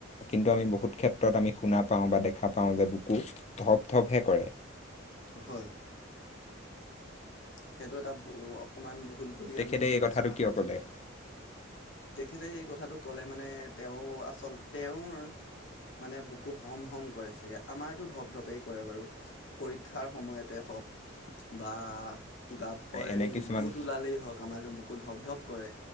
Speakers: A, on the left; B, on the left.
A: কিন্তু
B: হয়
A: আমি বহুত ক্ষেত্ৰত আমি শুনা পাওঁ বা দেখা পাওঁ যে বুকু থপ থপহে কৰে।
B: হয় হয়। সেইটো এটা ভু অকণমান ভুল বুলি
A: তেখেতে
B: আমি বিবেচনা
A: এই কথাটো কিয়
B: কৰিছোঁ
A: ক'লে
B: নেকি? তেখেতে এই কথাটো ক'লে মানে তেওঁ আচল তেওঁৰ মানে বুকো হম হম কৰে চাগে আমাৰতো ধপ ধপেই কৰে বাৰু পৰীক্ষাৰ সময়তে। হওক
A: <inaudible>
B: বা কিবা হয়
A: এনে
B: ভয়
A: কিছুমান
B: ভূত ওলালেই হওক আমাৰতো বুকু ধপ ধপ কৰে।